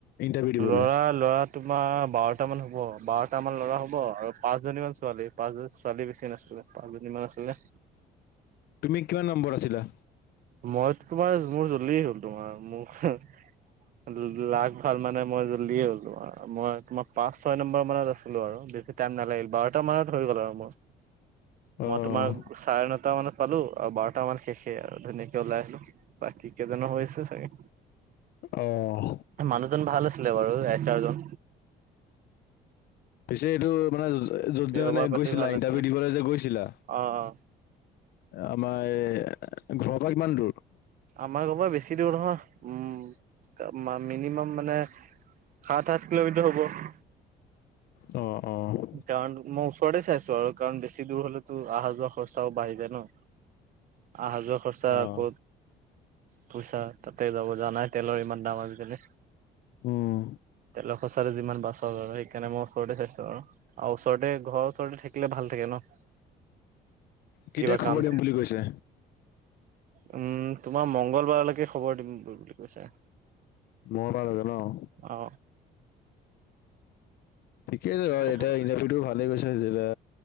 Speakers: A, on the left; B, on the right.
A: ইণ্টাৰভিউ দিবলে?
B: ল'ৰা ল'ৰা তোমাৰ বাৰটা মান হ'ব, বাৰটা মান ল'ৰা হ'ব আৰু পাঁচ জনী মান ছোৱালী। পাঁচজনী ছোৱালী বেছি নাছিলে পাঁচজনীমান আছিলে।
A: তুমি কিমান নম্বৰত আছিলা?
B: মইতো তোমাৰ মোৰ জল্ডিয়ে হ'ল, তোমাৰ মোক ল-লাক ক ভাল মানে মই জল্দিয়ে হ'লো আৰু মই তোমাক পাঁচ ছয় নম্বৰ মানত আছিলো আৰু বেছি টাইম নালাগিল বাৰটা মানত হৈ গ'ল আৰু মোৰ।
A: অ',
B: মই তোমাৰ চাৰে নটা মানত পালো আৰু বাৰটা মান শেষে আৰু ধুনীয়াকে ওলাই আহিলো। বাকী কেইজানো হৈছে চাগে।
A: অ'।
B: মানুহজন ভাল আছিলে বাৰু এচ আৰ জন।
A: পিছে এইটো মানে য'ত
B: বেহবাৰ
A: যে মানে
B: পাতি
A: গৈছিলা
B: ভাল
A: ইণ্টাৰভিউ
B: আছিলে
A: দিবলৈ যে গৈছিলা
B: অ অ
A: আমাৰ এই ঘৰৰ পৰা কিমান দূৰ?
B: আমাৰ ঘৰ পৰা বেছি দূৰ নহয়, উ মিনিমাম মানে সাত আঠ কিলোমিটাৰ হ'ব।
A: অ-অ
B: কাৰণ মই ওচৰতে চাইছো আৰু কাৰণ বেছি দূৰ হলেতো অহা যোৱা খৰচাও বাঢ়ি যায় ন' আহা যোৱা খৰচা
A: অ'।
B: ক পইচা তাতে যাব, জানায় তেলৰ ইমান দাম আজি কালি
A: উম,
B: তেলৰ সঁচাটো যিমান বাছক আৰু সেইকাৰণে মই ওচৰতে চাইছো আৰু আৰু ওচৰতে ঘৰৰ ওচৰতে থাকিলে ভাল থাকে ন'
A: কেতিয়া
B: কিবা কাম
A: খবৰ
B: থ
A: দিম বুলি কৈছে?
B: উম তোমাৰ মঙংগল বাৰলৈকে খবৰ দিম বুলি কৈছে।
A: মঙংগল বাৰলৈকে ন'
B: অ
A: ঠিকেই আছে বাৰু
B: খবৰ
A: এতিয়া ইণ্টাৰভিউটো ভালে গৈছে, জিলা